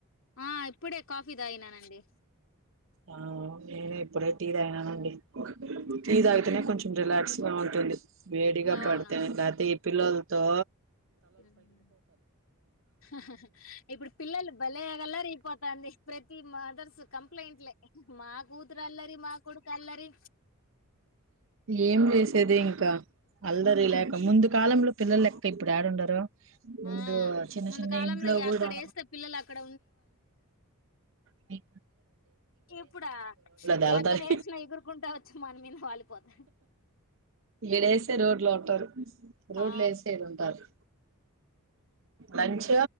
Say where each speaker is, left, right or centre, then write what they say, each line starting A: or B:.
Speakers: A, on the left; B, on the right.
A: ఆ ఇప్పుడే కాఫీ తాగినానండి
B: ఆ నేను ఇప్పుడే టీ తాగినానండి ఇదాతేనే
A: ఆ,
B: కొంచెం రిలాక్స్ బాగుంటుంది వేడిగా
A: అవునవును
B: పడతేనే లెతే ఈ పిల్లలు తో
A: హమ్ హా హా హా ఇప్పుడు పిల్లలు భలే అలరైపోతాంది ప్రతి మదర్స్ కంప్లైంట్లే మా కూతుర అలరి మా కుడుకు అల్లరి
B: ఏం చేసేది ఇంకా అల్లరి లేక ముందు కాలంలో పిల్లలు లెక్క ఇప్పుడు యాడుందారు ముందు
A: ఆ
B: చిన్న
A: ముందు
B: చిన్న
A: కాలంలో
B: ఇంట్లో
A: ఎక్కడేస్తే
B: కూడా
A: పిల్లలు అక్కడ
B: ప
A: ఇప్పుడ
B: దళ్తారు
A: ఏకదసిన ఎగురుకుంట వచ్చి మన మీద వాళ్ పోద
B: ఈడ ఏస్తే రోడ్లో ఉంటారు నోట్లో
A: ఆ
B: వేస్తే ఈడ ఉంటాడు లంచ్